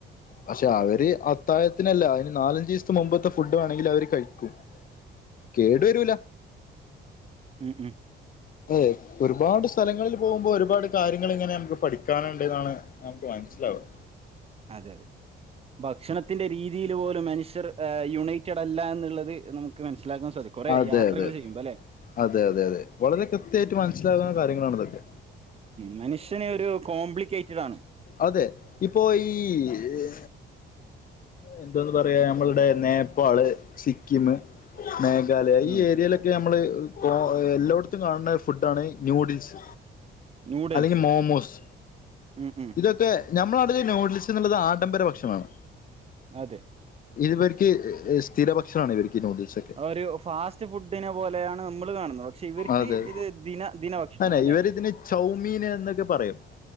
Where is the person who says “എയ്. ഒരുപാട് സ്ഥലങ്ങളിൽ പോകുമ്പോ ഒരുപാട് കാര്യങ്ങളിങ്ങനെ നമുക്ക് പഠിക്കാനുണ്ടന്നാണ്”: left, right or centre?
Left